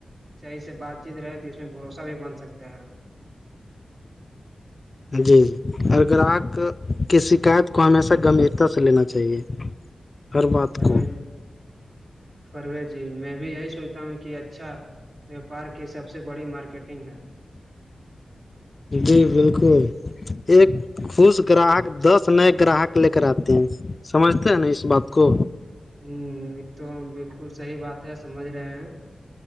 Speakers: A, on the right (about 65°); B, on the left (about 40°).
A: صحیح سے بات چیت رہے تھے اس میں بھروسہ بھی بن سکتا ہے
B: جی اور گراہک کی شکایت کو ہمیشہ گمبھییرتا سے لینا چاہیے ہر بات
A: پروز
B: کو
A: پرویز جی میں بھی یہی سوچتا ہوں کہ اچھا وپار کی سب سے بڑی مارکیٹنگ ہے
B: جی بالکل ایک خوش گراہک دس نئے گراہک لے کر آتے ہیں سمجھتے ہیں نا اس بات کو
A: ہوں یہ تو ہم بالکل صحیح بات ہے سمجھ رہے ہیں